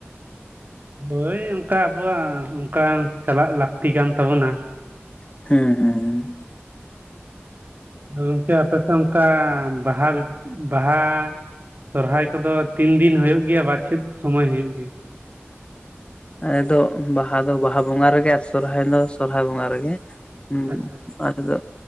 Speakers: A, on the right; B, on the left.
A: ᱦᱳᱭ ᱚᱝᱠᱟ ᱟᱵᱚᱣᱟᱜ ᱚᱝᱠᱟ ᱪᱟᱞᱟᱜ ᱞᱟᱠᱛᱤ ᱠᱟᱱ ᱛᱟᱵᱚᱱᱟ
B: <unintelligible>
A: ᱜᱚᱝᱠᱮ ᱟᱯᱮᱥᱮ ᱚᱝᱠᱟ ᱵᱟᱦᱟ ᱵᱤᱯ ᱵᱟᱦᱟᱻ ᱥᱚᱨᱦᱟᱭ ᱠᱚᱫᱚ ᱛᱤᱱ ᱫᱤᱱ ᱦᱳᱭᱳᱜ ᱜᱮᱭᱟ ᱵᱟ ᱪᱮᱫ ᱥᱚᱢᱚᱭ ᱦᱩᱭᱩᱜ ᱜᱮᱭᱟ
B: ᱮᱫᱚᱜ ᱵᱟᱦᱟ ᱫᱚ ᱵᱟᱦᱟ ᱵᱚᱸᱜᱟ ᱨᱮᱜᱮ ᱟᱨ ᱥᱚᱨᱦᱟᱭ ᱫᱚ ᱥᱚᱨᱦᱟᱭ ᱵᱚᱸᱜᱟ ᱨᱮᱜᱮ ᱩᱸ
A: ᱟᱪᱪᱷᱟ
B: ᱟᱫᱚ